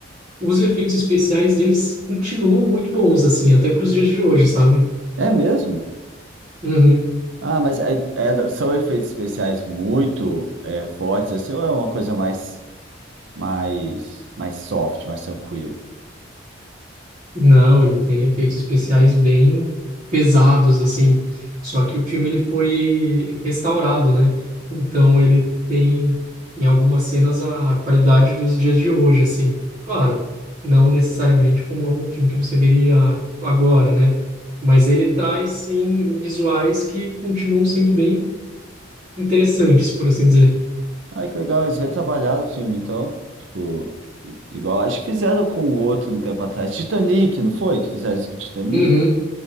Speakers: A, on the right; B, on the right.
A: os efeitos especiais deles continuam muito bons, assim, até para os dias de hoje, sabe?
B: É mesmo?
A: Uhum.
B: Ah, mas é- é- são efeitos especiais muito é, fortes, assim, ou é uma coisa mais. mais, mais soft, mais tranquilo.
A: Não, ele tem efeitos especiais bem pesados, assim. Só que o filme ele foi restaurado, né? Então ele tem, em algumas cenas, a qualidade dos dias de hoje, assim. Claro, não necessariamente como algum filme que você veria agora, né? Mas ele traz, sim, visuais que continuam sendo bem interessantes, por assim dizer.
B: Ah, que legal, eles retrabalharam o filme, então. Tipo, i- igual, acho que fizeram com o outro um tempo atrás. Titanic, não foi? Que fizeram isso com o Titanic?
A: Uhum,